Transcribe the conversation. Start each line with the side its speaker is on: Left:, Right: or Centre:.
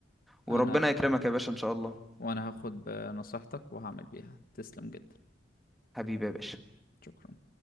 Centre: وربنا
Left: انا
Centre: يكرمك يا باشا ان شاء الله
Left: وانا هاخد بنصيحتك وهعمل بيها تسلم جدا
Centre: حبيبي يا باشا
Left: شكرا